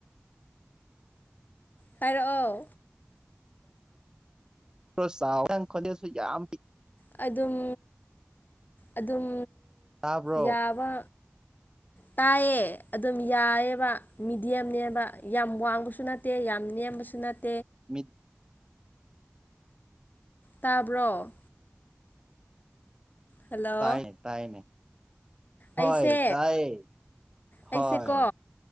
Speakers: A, on the left; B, on the right.
A: ꯍꯥꯏꯔꯛ ꯑꫭ
B: ꯈꯔꯌꯥꯎ ꯅꯪ ꯈꫭꯟꯖ‌ꯦꯜꯁꯨ ꯌꯥꯝ ꯄꯤꯛ
A: ꯑꯗꯨꯝ ꯑꯗꯨꯝ
B: ꯇꯥꯕ꯭ꯔꯣ
A: ꯌꯥꯕ ꯇꯥꯏꯌꯦ ꯑꯗꯨꯝ ꯌꯥꯏꯑꯦꯕ ꯃꯤꯗꯤꯌꯝꯅꯦꯕ ꯌꯥꯝ ꯋꯥꯡꯕꯁꯨ ꯅꯠꯇꯦ ꯌꯥꯝ ꯅꯦꯝꯕꯁꯨ ꯅꯠꯇꯦ
B: ꯃꯤ
A: ꯇꯥꯕ꯭ꯔꯣ ꯍꯜꯂꯣ
B: ꯇꯥꯏꯅꯦ ꯇꯥꯏꯅꯦ ꯍꯣꯏ
A: ꯑꯩꯁꯦ
B: ꯇꯥꯏꯌꯦ ꯍꯣꯏ
A: ꯑꯩꯁꯦꯀꯣ